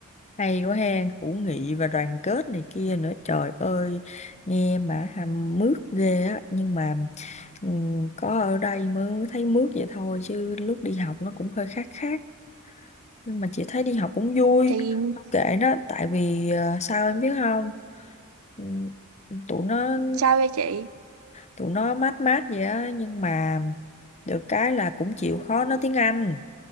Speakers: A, on the left (about 30°); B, on the right (about 70°).
A: hay quá hen hữu nghị và đoàn kết này kia nữa trời ơi nghe mà hàm mướt ghê á nhưng mà ừm, có ở đây mới thấy mướt vậy thôi chứ lúc đi học nó cũng hơi khác khác nhưng mà chị thấy đi học cũng vui
B: thì
A: Không kệ nó tại vì ờ, sao em biết không Ừm, tụi nó
B: sao vậy chị
A: tụi nó mát mát vậy á nhưng mà được cái là cũng chịu khó nói tiếng Anh